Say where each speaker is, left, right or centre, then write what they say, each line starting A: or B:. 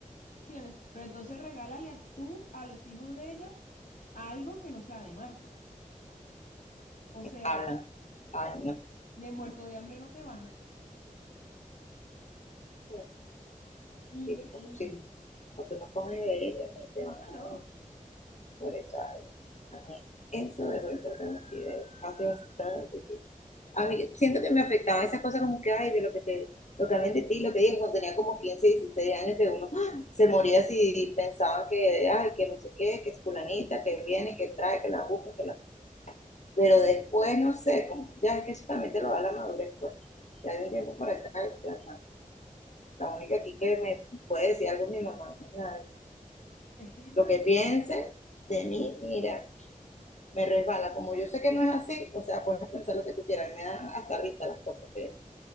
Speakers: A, on the left; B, on the left.
A: ¿Entiendes? Pero entonces regálale a tú, a los hijos de ella, algo que no sea de marca. O sea,
B: Hablan. Ay, no.
A: de muerto de hambre no te bajan.
B: Bueno,
A: Increíble.
B: sí, pues, sí. O tú no coges de ella, ni te van a
A: Ah, no,
B: por eso. ay, no. A mí, eso de verdad, así de hace bastante tiempo. a mí siento que me afectaba esas cosas como que, ay, de lo que te, lo que hablan de ti, lo que digo, cuando tenía como 15 16 años, que uno <gasps> ¡ah! se moría si pensaba que, ay, que no sé qué, que es fulanita, que viene, que trae, que la busca, que la... Pero después, no sé, como, ya es que eso también te lo da la madurez, pues. Ya hay un tiempo para acá, ya, la única aquí que me puede decir algo es mi mamá. La-
A: es que yo te
B: lo
A: voy
B: que
A: a decir,
B: piensen
A: obvio.
B: de mí, mira, me resbala. Como yo sé que no es así, o sea, puedes pensar lo que tú quieras, me dan hasta risa las cosas que,